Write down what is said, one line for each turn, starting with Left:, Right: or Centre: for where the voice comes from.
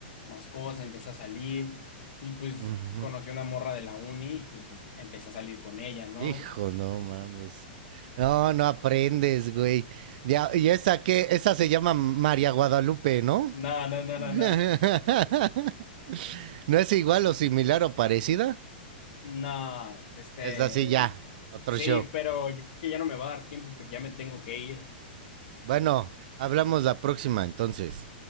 Left: más cosas, empecé a salir y pues
Right: Ujú.
Left: conocí a una morra de la uni y pues empecé a salir con ella, ¿no?
Right: Hijo, no mames. No, no aprendes, güey. Ya, y esa que, esa se llama María Guadalupe, ¿no?
Left: No, no, no,
Right: <laughs>
Left: no, no.
Right: ¿No es igual o similar o parecida?
Left: No, este,
Right: Es así ya, otro
Left: sí,
Right: show.
Left: pero yo creo que ya no me va a dar tiempo porque ya me tengo que ir.
Right: Bueno, hablamos la próxima entonces.